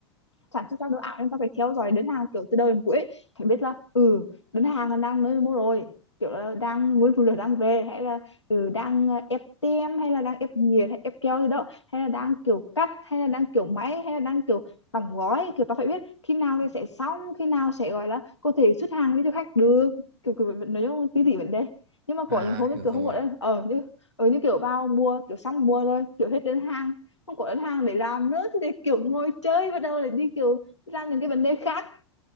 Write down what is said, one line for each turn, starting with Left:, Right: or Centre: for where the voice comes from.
Left: sản xuất ra đồ ảo nên ta phải theo dõi đơn hàng kiểu từ đầu đến cuối ấy. phải biết là ừ đơn hàng là đang nơi mua rồi kiểu là đang nguyên phụ liệu đang về hay là ừ, đang ờ, ép tem hay là đang ép nhiệt hay ép keo gì đó hay là đang kiểu cắt hay là đang kiểu máy hay là đang kiểu đóng gói kiểu ta phải biết khi nào thì sẽ xong khi nào sẽ gọi là có thể xuất hàng với cho khách được kiểu kiểu nói chung tí tỉ vấn đề nhưng mà có
Right: à
Left: những hôm như
Right: hiểu
Left: kiểu
Right: rồi.
Left: không gọi là ở như ở như kiểu vào mua kiểu xong mua rồi kiểu hết đơn hàng không có đơn hàng để làm nữa thì để kiểu ngồi chơi bắt đầu để đi kiểu ra những cái vấn đề khác